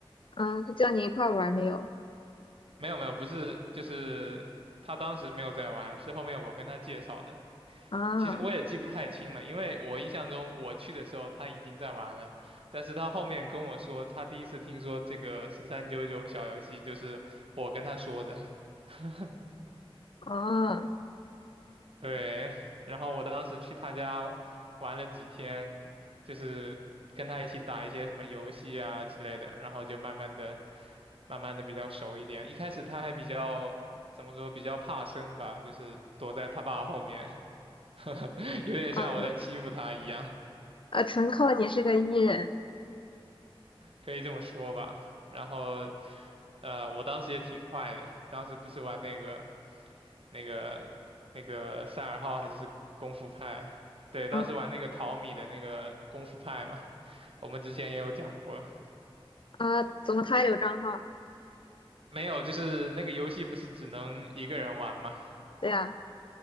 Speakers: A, on the left (about 60°); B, on the right (about 70°).
A: 嗯，他叫你一块儿玩没有？
B: 没有没有，不是，就是他当时没有在玩，是后面我跟他介绍的。
A: 啊
B: 其实我也记不太清了，因为我印象中我去的时候他已经在玩了，但是他后面跟我说他第一次听说这个四三九九小游戏，就是我跟他说的。<laughs>
A: 啊
B: 对，然后我当时去他家玩了几天，就是跟他一起打一些什么游戏啊之类的，然后就慢慢的慢慢的比较熟一点。一开始他还比较怎么说，比较怕生吧，就是躲在他爸后面，<laughs> 有点像我在欺负他一样，
A: 啊！啊！纯靠你是个艺人。
B: 可以这么说吧。然后，呃，我当时也挺坏的，当时不是玩那个那个那个赛尔号还是功夫派？对，
A: 嗯
B: 当时玩那个淘米的那个功夫派嘛，我们之前也有讲过。
A: 啊，怎么他也有账号？
B: 没有，就是那个游戏不是只能一个人玩嘛，
A: 对呀、